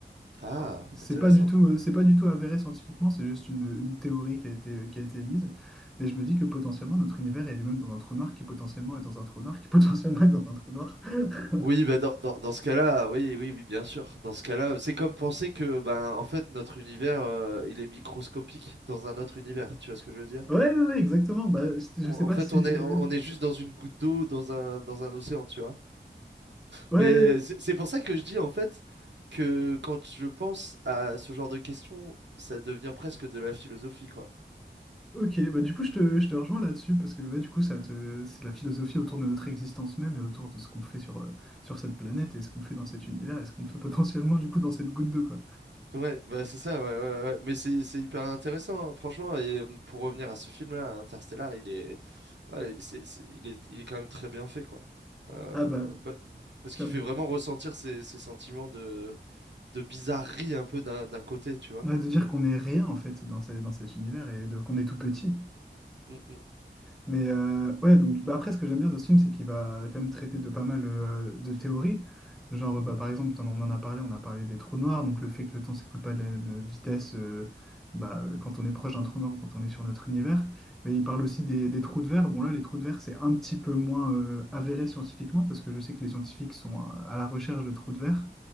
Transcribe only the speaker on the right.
Ah,
intéressant.
Oui, bah, dans, dans, dans ce cas-là, oui, oui, oui, bien sûr. Dans ce cas-là, c'est comme penser que, ben, en fait, notre univers, euh, il est microscopique dans un autre univers. Tu vois ce que je veux dire?
On-
en
fait,
on est,
on on est juste dans une goutte d'eau, dans un, dans un océan, tu vois.
Mais c'est c'est pour ça que je dis, en fait, que quand je pense à ce genre de questions, ça devient presque de la philosophie, quoi.
Ouais, bah c'est ça, ouais, ouais, ouais. Mais c'est c'est hyper intéressant, hein, franchement. Et euh, pour revenir à ce film-là, Interstellar, il est, ouais, c'est, c'est- il est, il est quand même très bien fait, quoi. Euh,
pa- parce
qu'il fait vraiment ressentir ces, ces sentiments de, de bizarrerie un peu d'un d'un côté, tu vois.
Mm, mm.